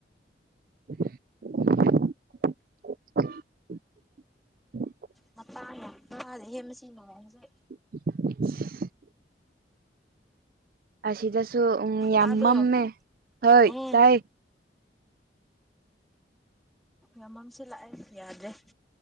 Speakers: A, on the right; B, in the centre.
A: <unintelligible>
B: ꯃꯇꯥꯡ ꯌꯥꯝꯆꯥꯗ‌ꯦꯍ‌ꯦ ꯃꯁꯤ ꯅꫭꯡꯁ‌ꯦ
A: <unintelligible> ꯑꯁꯤꯗꯁꯨ ꯎꯝ ꯌꯥꯝ
B: ꯇꯥꯕ꯭ꯔꯣ
A: ꯃꯝꯃꯦ ꯍꯣꯏ
B: ꯎꯝ
A: ꯇꯥꯏ
B: ꯌꯥꯝꯃꯝꯁꯤꯂꯥꯛꯑꯦ ꯌꯥꯗ꯭ꯔꯦ